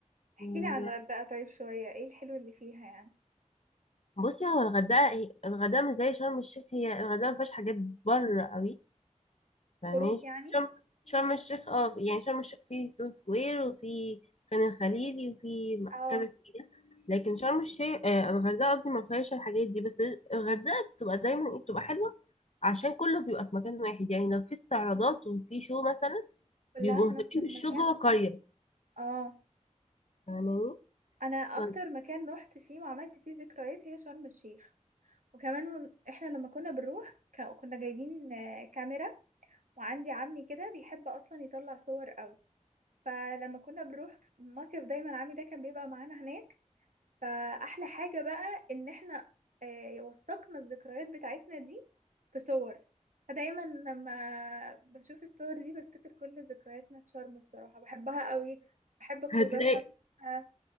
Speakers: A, on the right; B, on the left.
A: احكيلي
B: و-
A: عن الغردقة طيب شوية إيه الحلو اللي فيها يعني
B: بصي هو الغردقة هي- الغردقة مش زي شرم الشيخ هي الغردقة مفيهاش حاجات بره قوي فاهماني
A: خروج يعني
B: شرم شرم الشيخ اه يعني شرم الشيخ فيه سو سكوير وفي خان الخليلي وفي م-
A: اه
B: كذا حاجة لكن شرم الشيخ آه الغردقة قصدي مفيهاش الحاجات دي بس الغردقة بتبقى دايما إيه، بتبقى حلوة عشان كله بيبقى في مكان واحد يعني لو في استعراضات وفي شو مثلا
A: كلها
B: بيبقوا
A: في
B: مهتمين
A: نفس المكان
B: بالشو جوه قرية
A: اه
B: يعني
A: أنا أكتر
B: <laughs>
A: مكان روحت فيه وعملت فيه ذكريات هي شرم الشيخ وكمان هن- احنا لما كنا بنروح ك- كنا جايبين آه، كاميرا وعندي عمي كده بيحب اصلا يطلع صور قوي فلما كنا بنروح مصيف دايما عمي ده كان بيبقى معانا هناك فاحلى حاجة بقى ان احنا آه، وثقنا الذكريات بتاعتنا دي في صور فدايما لما بشوف الصور دي بفتكر كل ذكرياتنا في شرم بصراحة بحبها قوي بحب خروجاتنا
B: هتلاقي
A: فيها